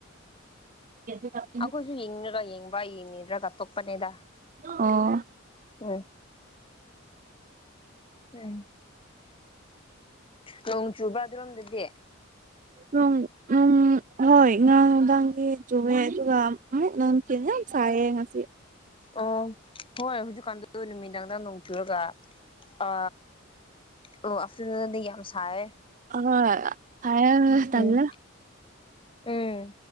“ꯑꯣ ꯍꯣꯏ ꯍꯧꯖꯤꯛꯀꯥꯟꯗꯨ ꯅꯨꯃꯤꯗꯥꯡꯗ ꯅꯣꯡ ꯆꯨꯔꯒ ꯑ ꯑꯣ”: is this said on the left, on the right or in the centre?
Left